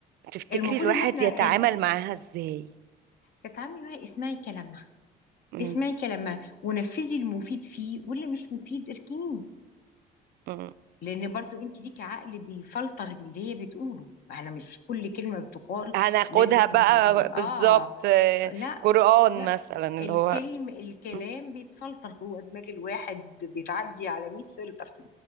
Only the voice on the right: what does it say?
تفتكري
الواحد
يتعامل
معاها ازاي
مم.
مم.
هناخدها
بقى بالظبط
آه،
قرآن
مثلا اللي
هو
مم.